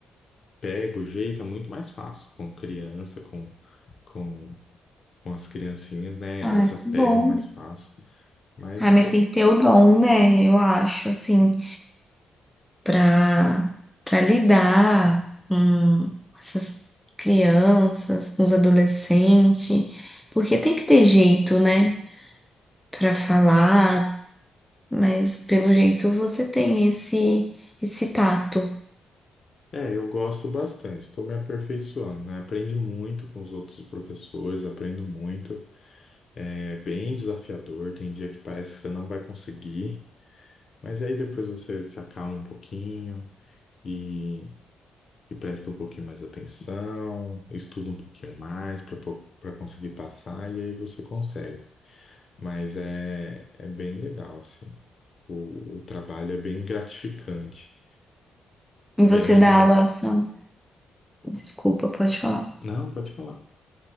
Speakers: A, on the left; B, in the centre.
A: pega o jeito, é muito mais fácil com criança, com, com, com as criancinhas, né? Elas
B: Ai,
A: já
B: que
A: pegam
B: bom.
A: mais fácil. Mas
B: Ah,
A: é,
B: mas tem que ter o dom, né? Eu acho, assim, pra, pra lidar com essas crianças, com os adolescentes, porque tem que ter jeito, né? Pra falar, mas pelo jeito você tem esse, esse tato.
A: é, eu gosto bastante, estou me aperfeiçoando, né? Aprendi muito com os outros professores, aprendo muito. É bem desafiador, tem dia que parece que você não vai conseguir. Mas aí depois você se acalma um pouquinho e, e presta um pouquinho mais atenção, estuda um pouquinho mais para para conseguir passar e aí você consegue. Mas é, é bem legal, assim. O, o trabalho é bem gratificante,
B: E você
A: bem legal
B: dá aula
A: mesmo.
B: só. Desculpa, pode falar.
A: Não, pode falar.